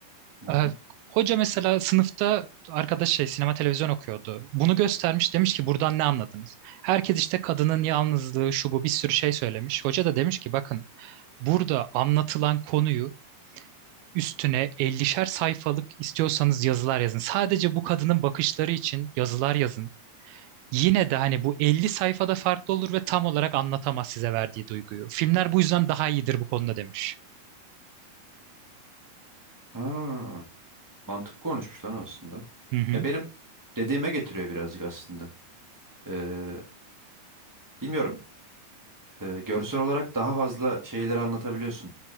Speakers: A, on the right; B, on the right.
A: Hı hı.
B: Ee, Hoca mesela sınıfta arkadaş şey sinema televizyon okuyordu. Bunu göstermiş demiş ki buradan ne anladınız? Herkes işte kadının yalnızlığı şu bu bir sürü şey söylemiş. Hoca da demiş ki bakın Burada anlatılan konuyu üstüne ellişer sayfalık istiyorsanız yazılar yazın. Sadece bu kadının bakışları için yazılar yazın. Yine de hani bu 50 sayfada farklı olur ve tam olarak anlatamaz size verdiği duyguyu. Filmler bu yüzden daha iyidir bu konuda demiş.
A: Ha, mantıklı konuşmuş lan aslında.
B: Hı hı,
A: Ya benim dediğime getiriyor birazcık aslında. Ee, bilmiyorum. Ee, görsel olarak daha fazla şeyleri anlatabiliyorsun.